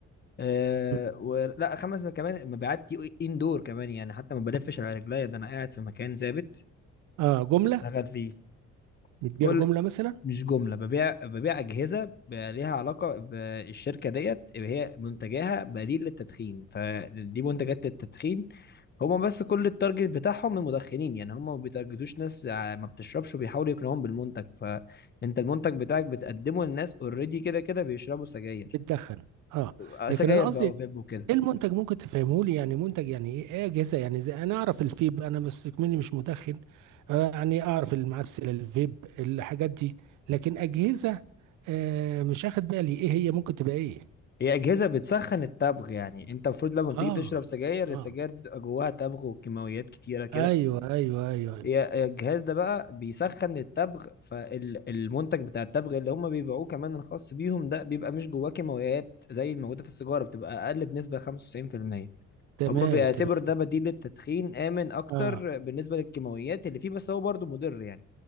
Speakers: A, on the left; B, on the right.
A: أه
B: مم.
A: ولا خمس كمان مبيعات دي اندور كمان يعني حتى ما بلفش على رجليا ده انا قاعد في مكان ثابت
B: اه جمله
A: اشتغل فيه
B: بتبيع
A: كل
B: جمله مثلا
A: مش جملة ببيع ببيع أجهزة ب- ليها علاقة بالشركة ديت اللي هي منتجاها بديل للتدخين فدي منتجات للتدخين هما بس كل التارجت بتاعهم المدخنين يعني هما ما بيتارجتوش ناس ع- ما بتشربش وبيحاولوا يقنعوهم بالمنتج فأنت المنتج بتاعك بتقدمه للناس اوريدي كده كده بيشربوا سجاير
B: بتدخن اه
A: آه،
B: لكن
A: سجاير
B: انا قصدي
A: بقى وفيب وكده
B: ايه المنتج ممكن تفهمه لي يعني منتج يعني ايه إيه اجهزه يعني زي انا اعرف الفيب انا بس مني مش مدخن آه يعني اعرف المعسل الفيب الحاجات دي لكن اجهزه آه مش اخد بالي ايه هي ممكن تبقى ايه
A: هي أجهزة بتسخن التبغ يعني أنت المفروض لما بتيجي
B: اه
A: تشرب سجاير السجاير
B: اه
A: دي تبقى جواها تبغ وكيماويات كتيرة كده
B: ايوه ايوه ايوه, أيوة.
A: هي الجهاز ده بقى بيسخن التبغ فالمنتج بتاع التبغ اللي هم بيبيعوه كمان الخاص بيهم ده بيبقى مش جواه كيماويات زي الموجودة في السيجارة بتبقى أقل بنسبة 95%
B: تمام
A: هم بيعتبر
B: تمام
A: ده بديل للتدخين آمن أكتر
B: اه
A: بالنسبة للكيماويات اللي فيه بس هو برضه مضر يعني